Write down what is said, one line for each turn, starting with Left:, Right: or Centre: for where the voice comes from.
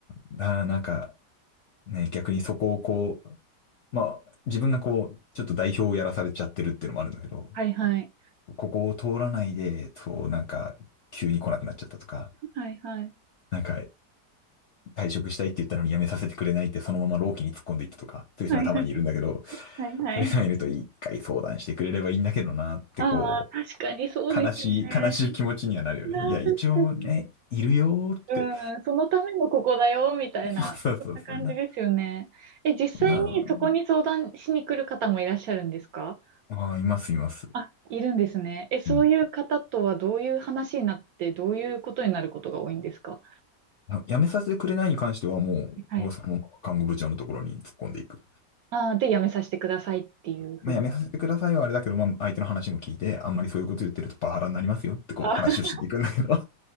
Left: だからなんかね、逆にそこをこう、まあ自分がこう、ちょっと代表をやらされちゃってるっていうのもあるんだけど、
Right: はいはい。
Left: ここを通らないで、そうなんか急に来なくなっちゃったとか、
Right: はいはい。
Left: なんか退職したいって言ったのに辞めさせてくれないってそのまま老期に突っ込んでいったとか、そういう人がたまにいるんだけど、
Right: はいはいはいはい。
Left: そういう人がいると一回相談してくれればいいんだけどなってこ
Right: ああ、確かにそうですよね。
Left: う、悲しい、悲しい気持ちにはなるよね。
Right: ああ、
Left: いや、一応ね、
Right: 確かに。
Left: いるよーって。
Right: うん、そのためのここだよ、みたいな、
Left: <laughs> そうそうそう。
Right: そんな感じですよね。
Left: な、
Right: え、実際にそこに相談しに来る方もいらっしゃるんですか
Left: なあ、あーいます、います。
Right: あ、いるんですね。え、そういう方とはどういう話になって、
Left: うん
Right: どういうことになることが多いんですか
Left: あ辞めさせてくれないに関してはもう、
Right: はい。
Left: 俺はそのまま看護部長のところに突っ込んでいく。
Right: あー、で、やめさせてくださいっていうふうに。
Left: まあ、辞めさせてくださいはあれだけど、まあ、相手の話も聞いて、あんまりそういうこと言ってるとパワハラになりますよってこう話をしに行くんだけど。
Right: あ、
Left: <laughs>